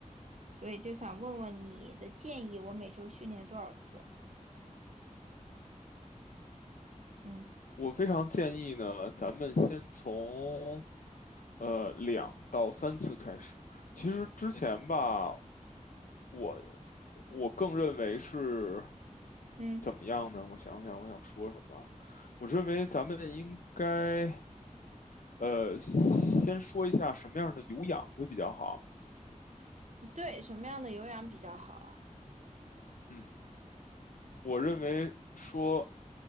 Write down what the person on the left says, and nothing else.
我非常建议呢，咱们先从呃两到三次开始。其实之前吧，我我更认为是
怎么样呢？我想想，我想说什么？我认为咱们应该呃，先说一下什么样的有氧会比较好。
嗯，我认为说